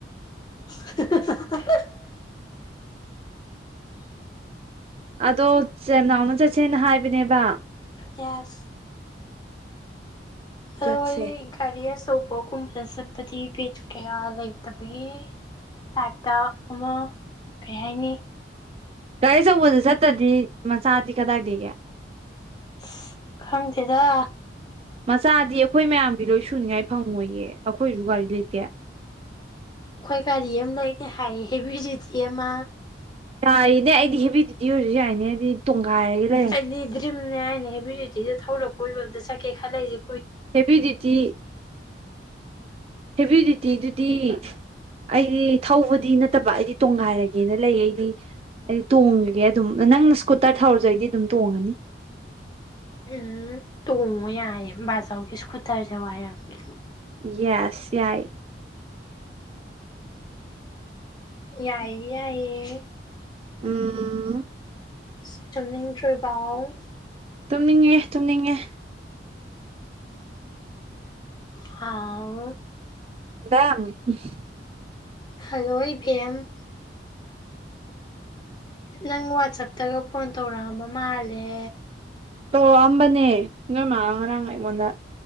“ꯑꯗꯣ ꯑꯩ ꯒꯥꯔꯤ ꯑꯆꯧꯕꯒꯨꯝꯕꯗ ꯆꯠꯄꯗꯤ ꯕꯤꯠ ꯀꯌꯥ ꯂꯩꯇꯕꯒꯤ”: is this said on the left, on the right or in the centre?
Left